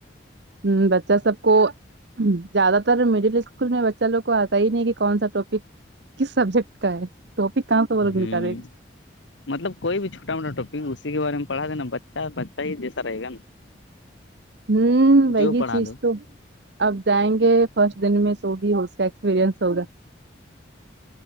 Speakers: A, on the right (about 60°); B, on the left (about 75°).
A: ہ بچہ سب کو زیاد تر مڈل اسکول میں بچہ لوگ کو آتا ہی نہیں کہ کون سا ٹاپک کس سبجیکٹ کا ہے ٹاپک کہاں سے وہ
B: ہوں
A: لوگ نکالے
B: مطلب کوئی بھی چھٹا موٹا ٹپک اسی کے بارے میں پڑا دینا بچہ بچہ ہی جیساے گا
A: ہوں وہی
B: جو پڑھا
A: چیز
B: دو
A: تو اب جائیں گے فرسٹ دن میں س ہوگی اس کا ایکسپیرئنس ہوگا